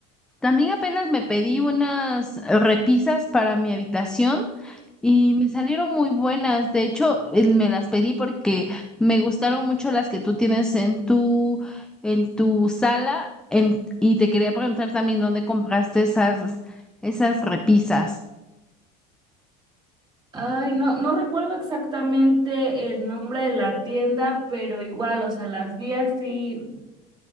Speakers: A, in the centre; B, on the right (about 25°).
A: También apenas me pedí unas repisas para mi habitación y me salieron muy buenas. De hecho, eh, me las pedí porque me gustaron mucho las que tú tienes en tu, en tu sala en- y te quería preguntar también dónde compraste esas, esas repisas.
B: Ay, no, no recuerdo exactamente el nombre de la tienda, pero igual, o sea, las vi así